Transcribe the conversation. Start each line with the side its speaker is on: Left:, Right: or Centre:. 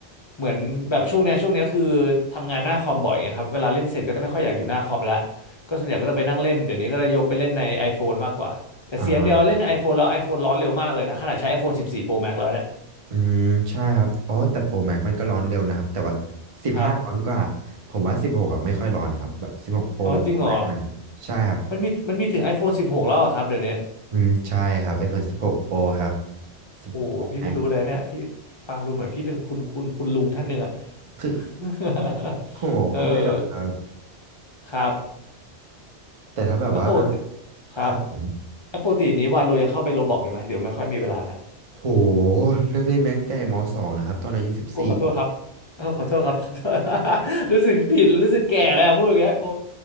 Left: เหมือนแบบช่วงเนี้ยช่วงเนี้ยคือทำงานหน้าคอมบ่อยไงครับเวลาเล่นเสร็จก็จะไม่ค่อยอยากอยู่หน้าคอมละก็ส่วนใหญ่ก็จะไปนั่งเล่นเดี๋ยวนี้ก็จะยกไปเล่นใน iPhone มากกว่าแต่เสียงเดียวเล่นใน
Right: อ่า
Left: iPhone แล้ว iPhone ร้อนเร็วมากเลยนะขนาดใช้ iPhone สิบสี่ Pro Max แล้วเนี่ย
Right: อืมใช่ครับอ๋อแต่โปรแม็กมันก็ร้อนเร็วนะครับแต่ว่าสิบห้าร้อนกว่าผมว่าสิบหกอ่ะไม่ค่อยร้อนครับแบบสิบหกโปรโปรแม็กเลยใช่ครับ
Left: ครับอ๋อจริงเหรอมันมีมันมีถึง iPhone สิบหกแล้วเหรอครับเดี๋ยวนี้
Right: อืมใช่ครับ iPhone 16 Pro ครับ16
Left: โหพี่ไม่รู้เลยเนี่ยพี่
Right: Pro Max
Left: ฟังดูเหมือนพี่เป็นคุณคุณคุณลุงท่านหนึ่งอ่ะ
Right: คือ
Left: <laughs>
Right: โหไม่หรอกครับ
Left: เออครับ
Right: แต่ถ้าแบบว่า
Left: แล้วปกติครับ
Right: ครับผม
Left: แล้วปกตินี้วาโลยังเข้าไปโรบอกอยู่ไหมหรือไม่ค่อยมีเวลาละ
Right: โหเลิกเล่นแม้ตั้งแต่ม .2 แล้วครับตอนอายุสิบสี4
Left: โอ้ขอโทษครับโอ้ขอโทษครับ <laughs> ขอโทษ <laughs> รู้สึกผิดรู้สึกแก่แล้วพูดอย่างเงี้ยโอ้